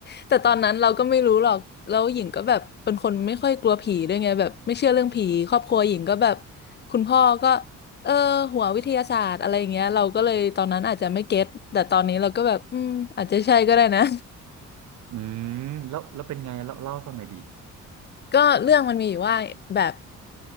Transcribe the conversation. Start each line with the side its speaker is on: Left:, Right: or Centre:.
Left: แต่ตอนนั้นเราก็ไม่รู้หรอกแล้วหญิงก็แบบเป็นคนไม่ค่อยกลัวผีด้วยไงแบบไม่เชื่อเรื่องผีครอบครัวหญิงก็แบบคุณพ่อก็เออหัววิทยาศาสตร์อะไรอย่างเงี้ยเราก็เลยตอนนั้นอาจจะไม่เก็ตแต่ตอนนี้เราก็แบบอืมอาจจะใช่ก็ได้นะ
Right: อืมแล้วแล้วเป็นไงเล่าเล่าให้ฟังหน่อยดิ
Left: ก็เรื่องมันมีอยู่ว่าแบบ